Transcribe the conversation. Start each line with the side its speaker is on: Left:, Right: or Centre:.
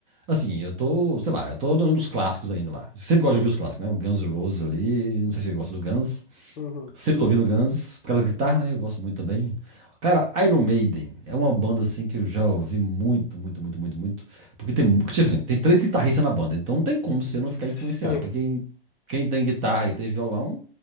Right: Assim, eu tô, sei lá, eu tô dando os clássicos ainda lá. Sempre gosto de ouvir os clássicos, né? O Guns N' Roses ali. Não sei se você gosta do Guns.
Left: Uhum.
Right: Sempre tô ouvindo Guns, por causa das guitarras, né? Eu gosto muito também. Cara, Iron Maiden é uma banda assim que eu já ouvi muito, muito, muito, muito, muito. Porque tem, mu- tipo assim, tem três guitarristas na banda, então não tem como você não ficar influenciado.
Left: <laughs> Sim.
Right: Porque quem, quem tem guitarra e tem violão,